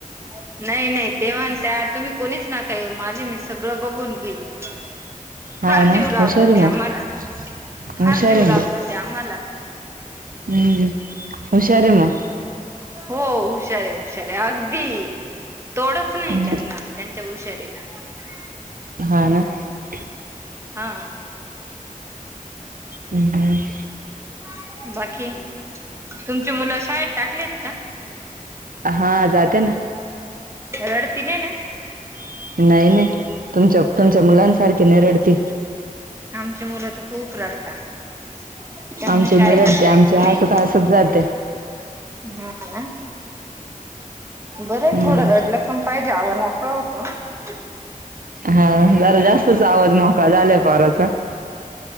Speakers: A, on the right (about 20°); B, on the right (about 75°).
A: <inaudible> नाही -नाही, ते म्हणत्यात, तुम्ही कुणीच नका येऊ माझे मिस् सगळं बघून घीन. <inaudible>
B: हा
A: फार
B: ना
A: जीव लावतं
B: हुशार आहे
A: ते
B: मग
A: आम्हाला, <inaudible> - फार
B: हुशार
A: जीव
B: आहे
A: लावतं
B: मग
A: ते आम्हाला.
B: हम्म, हुशार हे मगं. <inaudible>
A: हो हुशार आहे, हुशार आहे, अगदी तोडंच
B: मग
A: नाही त्यांना. त्यां च्या हुशारीला. <inaudible>
B: हा ना. <inaudible>
A: हा.
B: हम्, हूं. <inaudible>
A: <inaudible> बाकी, तुमची मुलं शाळेत टाकलेत का?
B: हा, जाते ना.
A: रडती नई ना? <inaudible>
B: <inaudible> नाई नाई, तुमच्या प तुमच्या मुलांसारखी नाई रडती.
A: आमचीं मुलं तर खूप रडता. <inaudible> <inaudible> त्यांना
B: आमचे
A: शाळेतच
B: नाही रडते
A: जायचं
B: आमचे हसत
A: नाही,
B: हसत जाते
A: हा ना. बरयं
B: हम्म
A: थोडं रडलं पण पाहिजे आवाज मोठा होतो न. <inaudible>
B: हा जरा जास्तच आवाज मोकळा झालायं पोराचा. <inaudible>